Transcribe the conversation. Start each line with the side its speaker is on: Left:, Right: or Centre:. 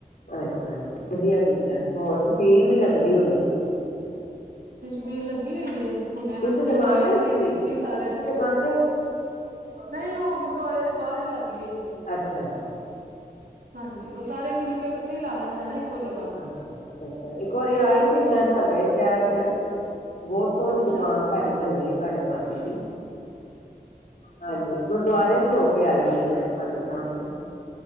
Left: ਅੱਛਾ! ਵਧੀਆ ਕੀਤਾ, ਹੋਰ, ਛਪੀਲ ਵੀ ਲੱਗਦੀ ਹੋਣੀ?
Right: ਬੀਲ ਲੱਗੀ ਹੋਈ ਏ, ਹੁਣੇ
Left: ਤੁਸੀਂ ਲਗਾਉਂਦੇ
Right: ਮੰਗਾਈ
Left: ਹੋ
Right: ਸੀ
Left: ਛਪੀਲ
Right: ਦਿੱਤੀ ਸਾਰਿਆਂ
Left: ਤੁਸੀਂ ਲਗਾਉਂਦੇ ਹੋ
Right: ਨਹੀਂ, ਉਹ ਗੁਰਦੁਆਰੇ ਦੇ ਬਾਹਰ ਹੀ ਲੱਗੀ ਹੋਈ ਸੀ।
Left: ਅੱਛਾ ਅੱਛਾ
Right: ਹਾਂਜੀ, ਉਹ ਸਾਰੇ ਮਿਲਕੇ ਇਕੱਠੇ ਹੀ, ਲਾ ਲੈਂਦੇ ਨਾ ਇੱਕੋ ਜਗ੍ਹਾ
Left: ਅੱਛਾ- ਅੱਛਾ! ਇੱਕ ਵਾਰੀ ਆਈ ਸੀ ''ਮੈਂ ਤੁਹਾਡੇ ਸ਼ਹਿਰ ਸ਼ਹਿਰ'ਚ! ਬਹੁਤ ਸੋਹਣੀ
Right: ਅੱਛਾ
Left: ਦੁਕਾਨ ਤੁਹਾਡੀ ਬਣੀ ਏ, ਤੁਹਾਡੇ ਭਾਜੀ ਦੀ। ਹਾਂਜੀ। ਗੁਰਦੁਆਰੇ ਵੀ, ਹੋਕੇ ਆਈ ਦੀ ਆ, ਮੈਂ ਤੁਹਾਡੇ ਸਾਹਮਣੇ